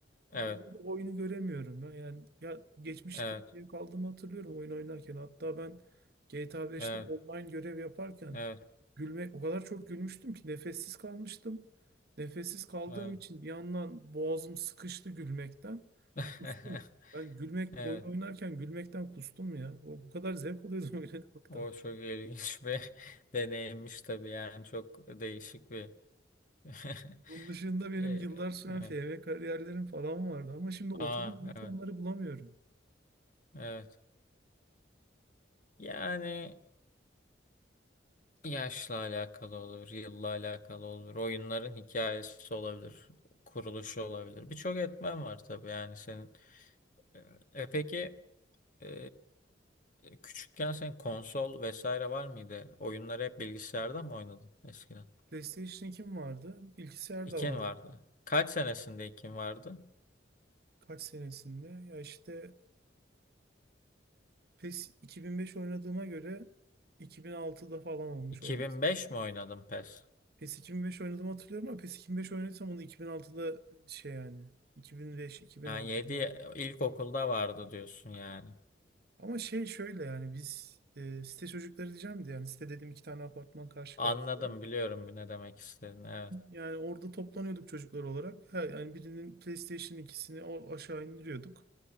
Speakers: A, on the left; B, on the right.
A: Evet.
B: Ya Orada da oyunu göremiyorum ben. Yani ya geçmişte
A: Evet.
B: zevk aldığımı hatırlıyorum oyun oynarken. Hatta ben GTA 5'te
A: Evet.
B: online görev yaparken
A: Evet.
B: gülme o kadar çok gülmüştüm ki nefessiz kalmıştım. Nefessiz kaldığım
A: Evet.
B: için bir yandan boğazım sıkıştı gülmekten.
A: <laughs>
B: Kustum. Ben gülmek
A: Evet.
B: oyun oynarken gülmekten kustum ya. O bu kadar zevk alıyordum <laughs> oyuna.
A: O çok ilginç bir <laughs> deneyimmiş tabii yani çok değişik bir <laughs>
B: Bunun dışında benim
A: Ee,
B: yıllar süren
A: evet.
B: FM kariyerlerim falan vardı ama şimdi oturup
A: Aa,
B: hiç
A: evet,
B: onları bulamıyorum.
A: evet. Yani yaşla alakalı olur, yılla alakalı olur, oyunların hikayesi olabilir, kuruluşu olabilir. Birçok etmen var tabii yani senin. E, e, peki e, e, küçükken senin konsol vesaire var mıydı? Oyunları hep bilgisayarda mı oynadın eskiden?
B: PlayStation 2'm vardı, bilgisayar
A: İkin
B: da vardı.
A: vardı. Kaç senesinde ikin vardı?
B: Kaç senesinde? Ya işte PES 2005 oynadığıma göre 2006'da falan olmuş
A: 2005
B: olması.
A: mi oynadın PES?
B: PES 2005 oynadığımı hatırlıyorum ama PES 2005 oynadıysam onu 2006'da şey yani 2005-2006
A: Yani 7
B: civarı.
A: ilkokulda vardı diyorsun yani.
B: Ama şey şöyle yani biz e, site çocukları diyeceğim de yani site dediğim iki tane apartman karşı
A: Anladım
B: karşıya.
A: biliyorum bir ne demek istediğini. Evet.
B: Yani orada toplanıyorduk çocuklar olarak. Her, yani birinin PlayStation ikisini o aşağı indiriyorduk.